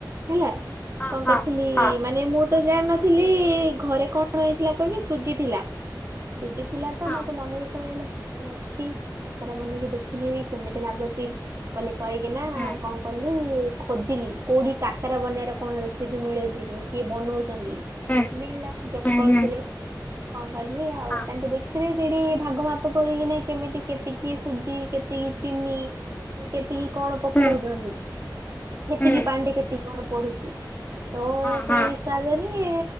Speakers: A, on the right; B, on the left.
A: ହେଲା।
B: ହଁ
A: କଣ
B: ହଁ
A: କରିଥିଲି
B: ହଁ
A: ମାନେ ମୁଁ ତ ଜାଣିନଥିଲି ଘରେ କଣ ହେଇଥିଲା କହିବି ସୁଜି ଥିଲା। ସୁଜି ଥିଲା ତ
B: ହଁ
A: ମତେ ମନରେ ପଳେଇଲା କି? ତ ଅଛି କାକରା ବନେଇକି ଦେଖିନେବି କେମିତି ଲାଗୁଛି ବୋଲି କହିକିନା
B: ହୁଁ
A: କଣ? ଗଲି ଖୋଜିଲି କୋଉଠି କାକରା ବନେଇବାର କଣ ରେସିପି ମିଳୁଚି କି କିଏ ବନଉଚନ୍ତି କି? ମିଳିଲା
B: ହୁଁ
A: ଜଣେ
B: ହୁଁ
A: କରିଥିଲେ
B: ହୁଁ
A: କଣ କଲି ଆଉ
B: ହଁ
A: ତାଙ୍କେ ଦେଖିଲି। ସେଠି ଭାଗ ମାପ କରିକିନା କେମିତି କେତିକି ସୁଜି କେତିକି ଚିନି କି କେତିକି? କଣ ପକଉଚନ୍ତି
B: ହୁଁ
A: କେତିକି
B: ହୁଁ
A: ପାଣିରେ କେତିକି କଣ ପଡୁଚ? ତ
B: ହଁ
A: ସେଇ
B: ହଁ
A: ହିସାବରେ